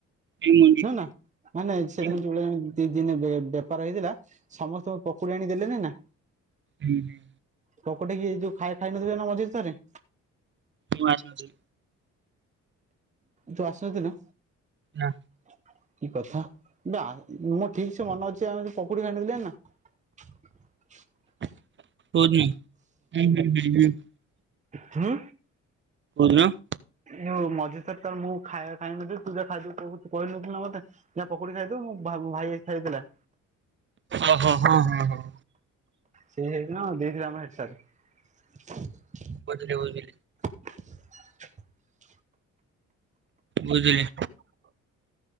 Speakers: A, on the right; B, on the right.
A: ଏଇ ମୁଣ୍ଡି
B: ନୁ ନା ମାନେ ସେଦିନ
A: ହୁଁ
B: ଯୋ। <unintelligible> ଦ ଦିନେ ବେପାର ହେଇଥିଲା। ସମସ୍ତଙ୍କୁ ପକୁଡି ଆଣିଦେଲେନି ନା।
A: ନ ନଁ। <inaudible>
B: ପୋକଟକି ଯୋଉ ଖାଇ ଖାଇ ନଥିଲେେ ନା ମଝିରେ ଥରେ।
A: ମୁ ଆସୁଛି।
B: ତୁ ଆସୁଥିଲୁ।
A: ନା
B: କି କଥା। ନା ମୁଁ ଠିକ ସେ ମନେ ଅଛି। ସେ ଆମ ପୋଖଡି ଖାଣି ନା <unintelligible> <inaudible>
A: ହଉନଁଁ ହ ହଁ ହ <inaudible>
B: ହଁ
A: ବହୁଜ <inaudible>
B: ଯଁ ମଝି ତରେ ତାର ମୁଁ ଖାଇ ଖାଇନ ତୁ ଯା ଖାଇଦବୁୋଉ କହିନ ନା ମତେ ଯ ପକୁଡି ଖାଇଦବୁ ଭାଇ ଖାଇଥିଲା।
A: ଓ ହୋ ହଁ ହ ହ।
B: ସେ ହେଇକଥିଲା ଦେଇଥିଲା ଆମ ହେଠସାର
A: <unintelligible>
B: <unintelligible>
A: ବୁଝିଲି